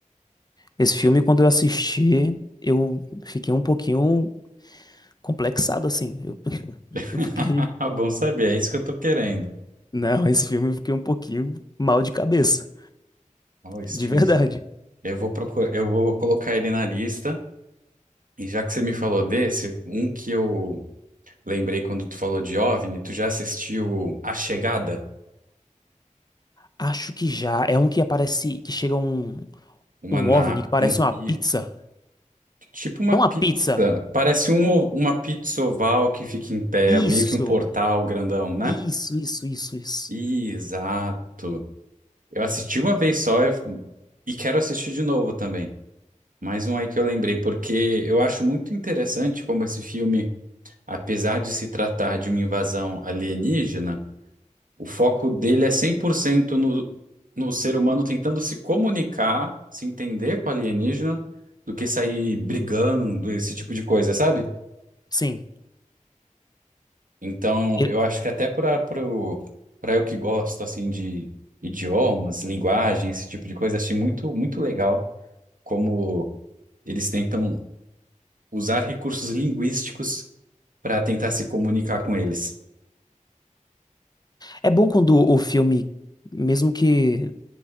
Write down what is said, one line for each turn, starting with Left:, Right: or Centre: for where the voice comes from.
Left: Esse filme, quando eu assisti, eu fiquei um pouquinho complexado, assim. Eu, <laughs>
Right: <laughs>
Left: eu fiquei.
Right: Bom saber, é isso que eu tô querendo.
Left: Não, esse filme eu fiquei um pouquinho mal de cabeça.
Right: Ó, Steven.
Left: De verdade.
Right: Eu vou procurar, eu vou colocar ele na lista. E já que você me falou desse, um que eu Lembrei quando tu falou de OVNI, tu já assistiu A Chegada?
Left: Acho que já. É um que aparece. Que chega um,
Right: Uma
Left: um
Right: na...
Left: OVNI que parece
Right: um-
Left: uma
Right: e-
Left: pizza.
Right: tipo uma
Left: Não
Right: pizza.
Left: uma pizza.
Right: Parece um, uma pizza oval que fica em pé,
Left: Isso.
Right: meio que um portal grandão, né?
Left: Isso, isso, isso, isso.
Right: Exato. Eu assisti uma vez só eu f- e quero assistir de novo também. Mais um aí que eu lembrei, porque eu acho muito interessante como esse filme, apesar de se tratar de uma invasão alienígena, O foco dele é 100% no, no ser humano tentando se comunicar, se entender com o alienígena, do que sair brigando, esse tipo de coisa, sabe?
Left: Sim.
Right: Então,
Left: E-
Right: eu acho que até para para eu que gosto assim de idiomas, linguagem, esse tipo de coisa, achei muito muito legal como eles tentam usar recursos linguísticos para tentar se comunicar com eles.
Left: É bom quando o filme, mesmo que